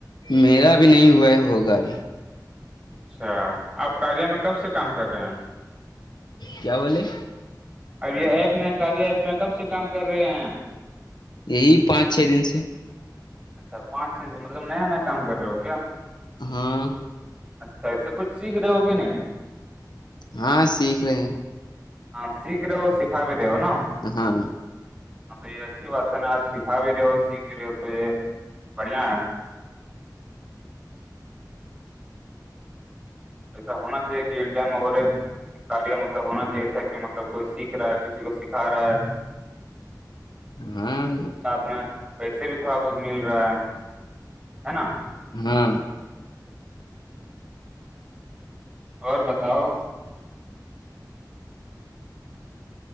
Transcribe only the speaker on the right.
اچھا آپ کاریہ میں کب سے کام کر رہے ہیں
اب یہ ایپ میں کاری ایپ میں کب سے کام کر رہے ہیں
اچھا پانچ دن سے مطلب نیا نیا کام کر رہے ہو کیا
اچھا ای سے کچھ سیکھ رہے ہوگے نا
ہاں سیک رہے ہو سیکھا بھی رہے ہو نا
ہاں تو یہ اچھی بات ہے نا آ سکھا بھی رہے ہو سیکھ بھی رہ ہو تو یہ بڑھیاں ہے ایسا ہونا چاہیے کہ انڈیا میں اور ایک کاریہ مطلب ہونا چاہیے ایا کہ مطلب کوئی سیکھ رہا ہے کسی کو سکھا رہا ہے
اس میں پیسے بھی تھوڑا بہت مل رہا ہے ہے نا
اور بتاؤ